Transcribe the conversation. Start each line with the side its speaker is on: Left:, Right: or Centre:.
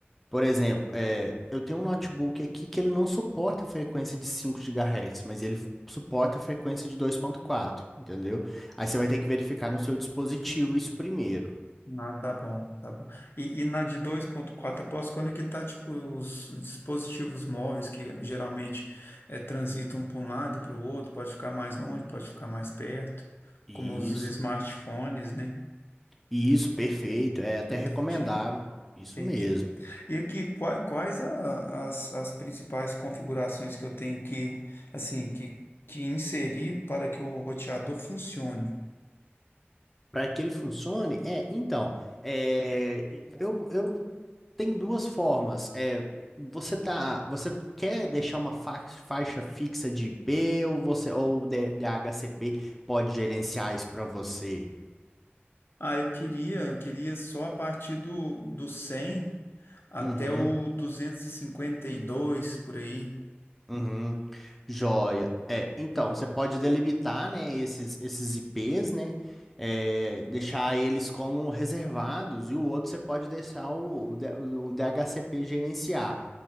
Centre: Por exemplo, é, eu tenho um notebook aqui que ele não suporta a frequência de 5 gigahertz mas ele suporta a frequência de dois ponto quatro entendeu? Aí você vai ter que verificar no seu dispositivo isso primeiro.
Left: Ah, tá bom, tá bom. E, e na de 2.4 eu posso conectar tipo os dispositivos móveis que geralmente eh, transitam para um lado e para o outro, pode ficar mais longe, pode ficar mais perto,
Centre: Isso.
Left: como os smartphones, né?
Centre: Isso, perfeito. É até
Left: Entendi,
Centre: recomendável. Isso
Left: entendi.
Centre: mesmo.
Left: E aqui, qua- quais a- as, as principais configurações que eu tenho que, assim, que, que inserir para que o roteador funcione?
Centre: Para que ele funcione, é, então, é, eu, eu Tem duas formas. É, você tá, você quer deixar uma fa- faixa fixa de I P ou você ou o de HCP pode gerenciar isso para você?
Left: Ah, eu queria, queria só a partir do, do 100 Até
Centre: Uhum.
Left: o 252 por aí.
Centre: Uhum. Joia. É, então, você pode delimitar, né, esses, esses IPs, né? é, deixar eles como reservados e o outro você pode deixar o, o D- o DHCP gerenciar.